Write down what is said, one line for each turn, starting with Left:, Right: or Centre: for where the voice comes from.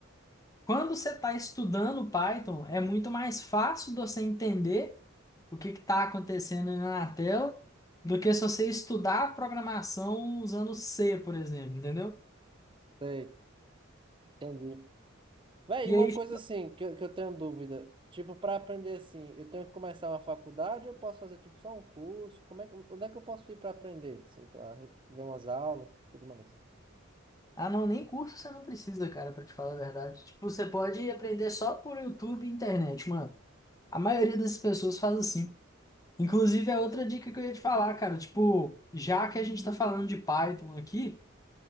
Left: quando você está estudando Python, é muito mais fácil de você entender o que está acontecendo na tela do que se você estudar programação usando C, por exemplo, entendeu?
Right: Sei, entendi. Véi,
Left: E
Right: e uma
Left: aí,
Right: coisa assim que eu, que eu tenho dúvida. Tipo, para aprender assim, eu tenho que começar uma faculdade ou eu posso fazer tipo só um curso? Como é, que- onde é que eu posso ir para aprender? Assim, para ver umas aulas e tudo mais.
Left: ah, não, nem curso você não precisa, cara, para te falar a verdade. Tipo, você pode aprender só por YouTube e internet, mano. A maioria das pessoas faz assim. Inclusive, é outra dica que eu ia te falar, cara. Tipo, já que a gente está falando de Python aqui,